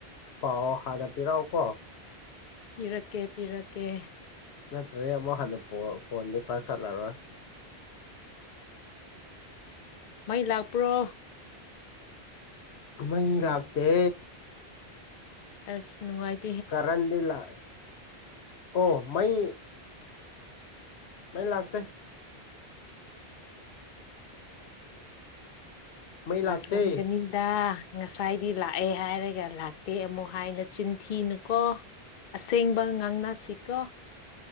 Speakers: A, on the left (about 80°); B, on the left (about 55°).
A: ꯄꯥꯎ ꯍꯥꯟꯅ ꯄꯤꯔꯛꯎꯀꯣ
B: ꯄꯤꯔꯛꯀꯦ ꯄꯤꯔꯛꯀꯦ
A: ꯅꯠꯇ꯭ꯔꯗꯤ ꯑꯃꯨꯛ ꯍꯟꯅ ꯐꯣꯟꯗꯤ ꯄꯥꯏꯈꯠꯂꯔꯣꯏ
B: ꯃꯩ ꯂꯥꯛꯄ꯭ꯔꯣ
A: ꯃꯩ ꯂꯥꯛꯇꯦ
B: ꯑꯁ ꯅꯨꯡꯉꯥꯏꯇ
A: ꯀꯔꯟ ꯂ ꯑꯣ ꯃꯩ ꯃꯩ ꯂꯥꯛꯇꯦ ꯃꯩ
B: ꯂꯥꯛꯂꯝꯒꯅꯤꯗ
A: ꯂꯥꯛꯇꯦ
B: ꯉꯁꯥꯏꯗꯤ ꯂꯥꯛꯑꯦ ꯍꯥꯏꯔꯒ ꯂꯥꯛꯇꯦ ꯑꯃꯨꯛ ꯍꯥꯏꯅ ꯆꯤꯟ ꯊꯤꯅꯨꯀꯣ ꯑꯁꯦꯡꯕ ꯉꯥꯡꯅꯁꯤꯀꯣ